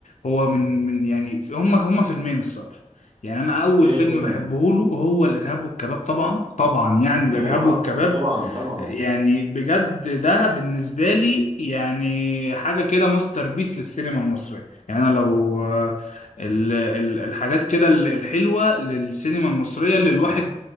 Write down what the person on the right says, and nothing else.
ايه
هم
اه
طبعا طبعا